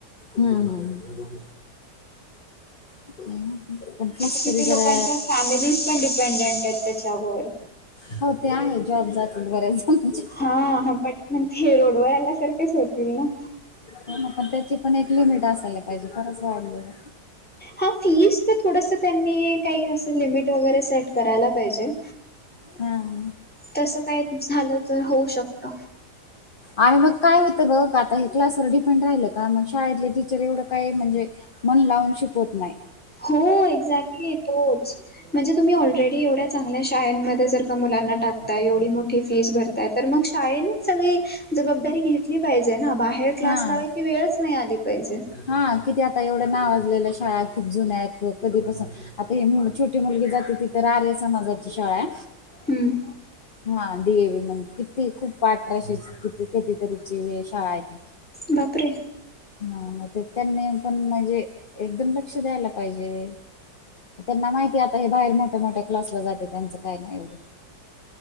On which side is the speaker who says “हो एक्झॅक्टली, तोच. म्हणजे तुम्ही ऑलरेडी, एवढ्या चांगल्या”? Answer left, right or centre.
Centre